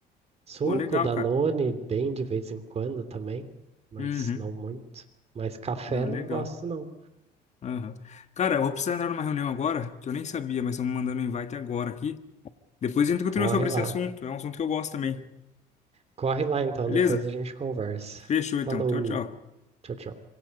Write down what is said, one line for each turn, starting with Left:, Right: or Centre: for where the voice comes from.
Right: Suco,
Left: Pô, legal,
Right: Danone,
Left: cara.
Right: bem de vez em quando também, mas
Left: Uhum.
Right: não muito. Mas café
Left: Não, legal.
Right: não gosto, não.
Left: Aham. Cara, eu vou precisar entrar numa reunião agora, que eu nem sabia, mas estão me mandando um invite agora aqui. Depois a gente continua
Right: Corre
Left: sobre
Right: lá.
Left: esse assunto, é um assunto que eu gosto também.
Right: Corre lá então,
Left: Beleza?
Right: depois a gente conversa.
Left: Fechou então.
Right: Falou,
Left: Tchau, tchau.
Right: tchau, tchau.